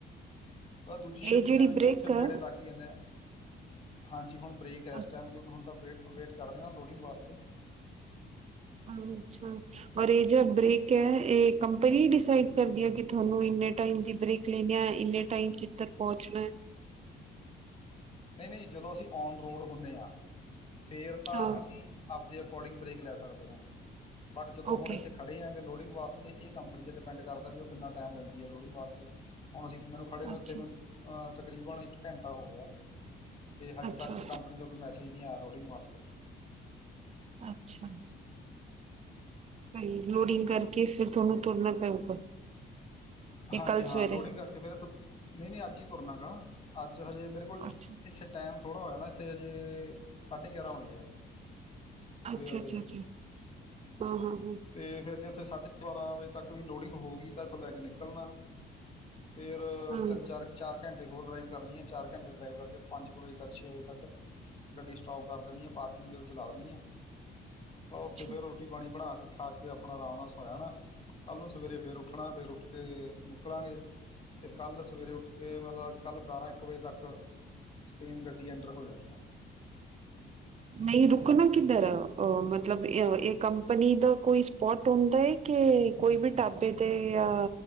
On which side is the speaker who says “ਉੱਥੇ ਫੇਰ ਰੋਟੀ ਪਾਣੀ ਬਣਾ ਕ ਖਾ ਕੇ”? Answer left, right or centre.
Left